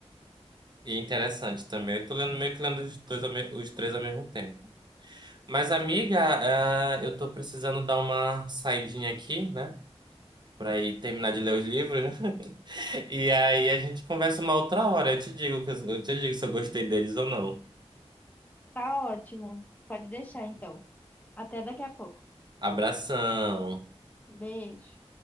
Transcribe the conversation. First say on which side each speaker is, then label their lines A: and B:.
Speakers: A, on the right (about 40°); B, on the left (about 15°).
A: E é interessante também. Eu tô lendo meio que lendo os dois, ao me- os três ao mesmo tempo. Mas, amiga, ah, eu tô precisando dar uma saidinha aqui, né? Pra ir terminar de ler os livros. <laughs> E aí a gente conversa uma outra hora. Eu te digo, que- eu te digo se eu gostei deles ou não.
B: Tá ótimo. Pode deixar então. Até daqui a pouco.
A: Abração.
B: Beijo.